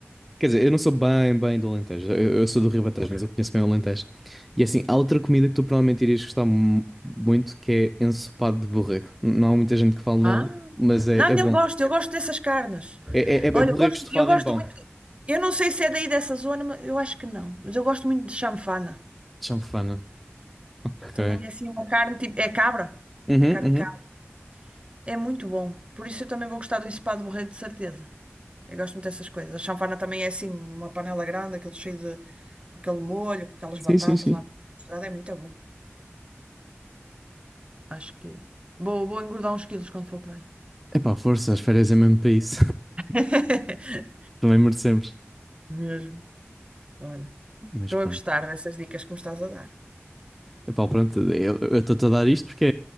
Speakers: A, in the centre; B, on the right.
A: Quer dizer, eu não sou bem, bem do Alentejo. Eu, eu sou do Ribatejo, mas eu conheço bem o Alentejo. E assim, há outra comida que tu provavelmente irias gostar mu- muito, que é ensopado de borrego. N- Não há muita gente que fala
B: Ah,
A: nele, mas
B: não,
A: é, é bom.
B: eu gosto, eu gosto dessas carnes.
A: É, é, é
B: Olha,
A: é borrego
B: eu gosto,
A: estufado
B: eu gosto
A: em pão.
B: muito. Eu não sei se é daí dessa zona, mas eu acho que não. Mas eu gosto muito de chanfana.
A: Chanfana. Ok.
B: Também é assim uma carne tipo. É cabra.
A: Uhum,
B: É carne de cabra.
A: uhum.
B: É muito bom. Por isso eu também vou gostar do ensopado de borrego, de certeza. Eu gosto muito dessas coisas. A chanfana também é assim, uma panela grande, aquele cheio de com aquele molho, com aquelas
A: Sim,
B: batatas
A: sim, sim.
B: lá misturadas, é muito bom. Acho que vou, vou engordar uns quilos quando for para aí.
A: Epá, força, as férias é mesmo para isso. <laughs>
B: <laughs>
A: Também merecemos.
B: Mesmo. Olha,
A: Mas
B: estou
A: pronto.
B: a gostar dessas dicas que me estás a dar.
A: Epá, pronto, eu eu estou-te a dar isto porque